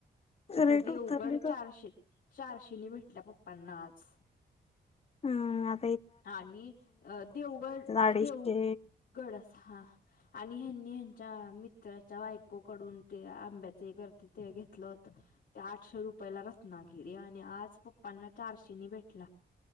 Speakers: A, on the left; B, on the left.
A: इथं
B: रेट
A: देवगड
B: उतरलेत आता
A: चारशे चारशेनी भेटला पप्पांना आज
B: हम्म अ
A: आणि देवगड
B: अडीचशे
A: देवगड हा आणि ह्यांनी च्या मित्राच्या बायकोकडून ते आंब्याचे करते ते घेतलं होत ते आठशे रुपयाला रत्नागिरी आणि आज पप्पांना चारशेनी भेटला